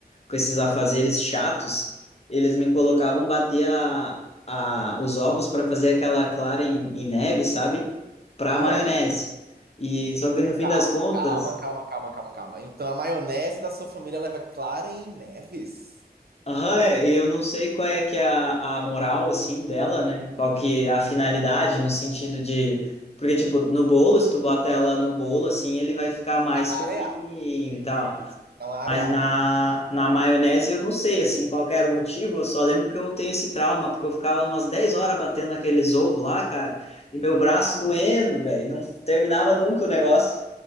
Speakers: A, on the left; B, on the right.
A: com esses afazeres chatos, eles me colocavam bater a, a, os ovos para fazer aquela clara em, em neve, sabe? Para
B: Ah,
A: maionese. E só que no fim
B: calma,
A: das contas,
B: calma, calma, calma, calma, calma. Então a maionese da sua família leva clara em neves?
A: aham, é, e eu não sei qual é que é a, a moral assim dela, né? Qual que é a finalidade no sentido de porque tipo, no bolo, se tu bota ela no bolo assim, ele vai ficar mais
B: A
A: fofinho
B: areá.
A: e tal.
B: Isso. É uma areada.
A: Mas na, na maionese eu não sei, assim, qual que era o motivo, eu só lembro que eu tenho esse trauma, porque eu ficava umas 10 horas batendo aqueles ovos lá, cara, e meu braço doendo, velho, não terminava nunca o negócio,